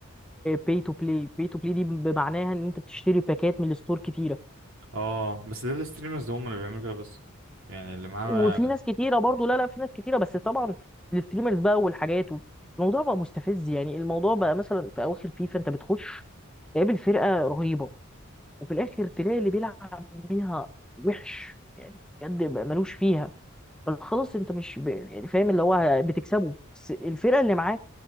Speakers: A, in the centre; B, on the right (about 75°).
A: باي تو بلاي باي تو بلاي دي بمعناها ان انت بتشتري باكات من الستور كتيره
B: اه بس ده الستريمرز هم اللي بيعملوا كده بس يعني اللي معاه
A: وفي ناس كتيره برضو لا لا في ناس كتيره بس طبعا الستريمرز بقى والحاجات و... الموضوع بقى مستفز يعني الموضوع بقى مثلا في اواخر فيفا انت بتخش تقابل فرقه رهيبه وفي الاخر تلاقي اللي بيلعب بيها وحش يعني بجد بقى ملوش فيها فخلاص انت مش ب... يعني فاهم اللي هو بتكسبه بس الفرقه اللي معاك